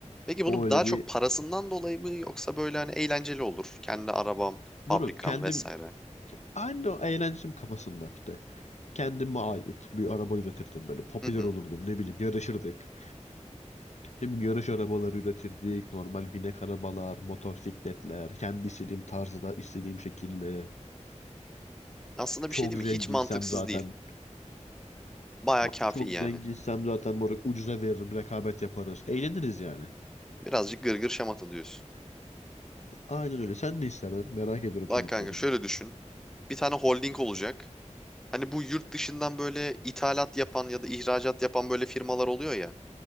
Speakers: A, in the centre; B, on the left.
A: Peki bunu
B: O öyle
A: daha çok
B: bir
A: parasından dolayı mı yoksa böyle hani eğlenceli olur. Kendi arabam,
B: Moruk
A: fabrikam
B: kendim
A: vesaire.
B: Aynı o eğlencem kafasında işte. Kendime ait bir araba üretirdim böyle. Popüler
A: Hı hı.
B: olurdum ne bileyim yarışırdık. Ne bileyim yarış arabaları üretirdik. Normal binek arabalar, motosikletler. Kendi istediğim tarzda, istediğim şekilde.
A: Aslında
B: Çok
A: bir şey değil mi?
B: zenginsem
A: Hiç mantıksız
B: zaten.
A: değil. Baya
B: ma-
A: kafi
B: Çok
A: yani.
B: zenginsem zaten moruk ucuza veririm. Rekabet yaparız. Eğleniriz yani.
A: Birazcık gırgır şamata diyorsun.
B: Aynen öyle. Sen ne isterdin? Merak ediyorum
A: Bak
B: seninkileri
A: kanka şöyle
B: de.
A: düşün. Bir tane holding olacak. Hani bu yurt dışından böyle ithalat yapan ya da ihracat yapan böyle firmalar oluyor ya.